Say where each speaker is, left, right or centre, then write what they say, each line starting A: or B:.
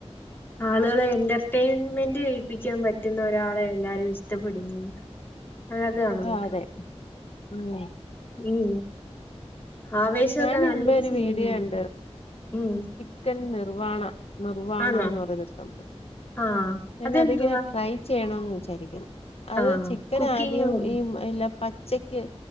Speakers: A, on the left; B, on the left.
A: ആളുകളെ എന്റർടൈൻമെന്റ് ചെയിപ്പിക്കാൻ പറ്റുന്ന ഒരാളെ എല്ലാവരും ഇഷ്ടപ്പെടുന്നത് അ അതാണ്
B: ആഹ്
A: നോക്കുന്നത്
B: അതെ ഉം
A: ഉം ആവേശമൊക്കെ
B: ഞാൻ
A: നല്ലൊരു
B: മുമ്പേ ഒരു
A: സിനിമ
B: വീഡിയോ
A: ആയിരുന്നു
B: കണ്ട്
A: ഉം
B: ചിക്കൻ നിർവാണ നിർ്വാണ
A: ആണോ
B: എന്ന് പറയുന്നൊരു സംഭവം
A: ആഹ്
B: ഞൻ
A: അതെന്തുവാ
B: അതിങ്ങനെ ട്രൈ ചെയ്യണന്ന് വിചാരിക്കുന്നു അത്
A: ആഹ്
B: ചിക്കൻ
A: കുക്കിംഗ്
B: ആദ്യം
A: കൂടെ
B: ഈ എല്ല പച്ചയ്ക്ക്